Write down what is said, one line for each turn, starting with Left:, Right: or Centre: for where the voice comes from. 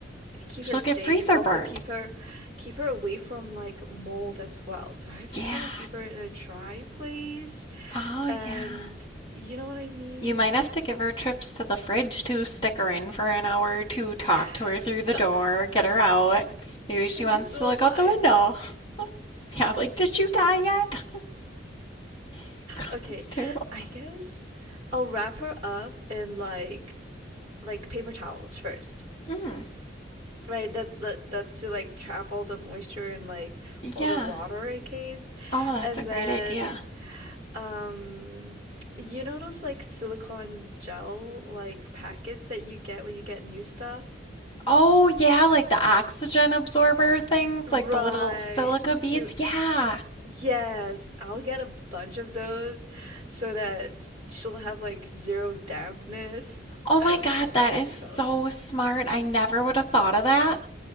Right: keep
Left: She'll
Right: her safe.
Left: get freezer
Right: Also
Left: burned.
Right: keep her keep her away from like mold as well. So I have
Left: Yeah.
Right: to kind of keep her in a dry place.
Left: Oh,
Right: And
Left: yeah.
Right: you know what I mean?
Left: You might have to give her trips to the fridge to stick her in for an hour or two, talk
Right: <laughs>
Left: to her
Right: Stop.
Left: through the door, get her out. Maybe she
Right: Are you
Left: wants
Right: still
Left: to look
Right: alive?
Left: out the window.
Right: <laughs>
Left: <laughs> Yeah, like, did you die yet? <laughs> God,
Right: Okay,
Left: that's terrible.
Right: I guess I'll wrap her up in like like paper towels first,
Left: Mm,
Right: right? That that that's to like trap all the moisture and like all
Left: yeah.
Right: the water in case,
Left: Oh, that's
Right: and
Left: a great
Right: then
Left: idea.
Right: um you know those like silicone gel like packets that you get when you get new stuff?
Left: Oh, yeah, like the oxygen absorber things,
Right: Right.
Left: like the little silica beads.
Right: You
Left: Yeah.
Right: yes, I'll get a bunch of those so that she'll have like zero dampness.
Left: Oh my
Right: I don't
Left: God,
Right: know
Left: that
Right: what
Left: is
Right: you
Left: so
Right: call it.
Left: smart. I never would have thought of that.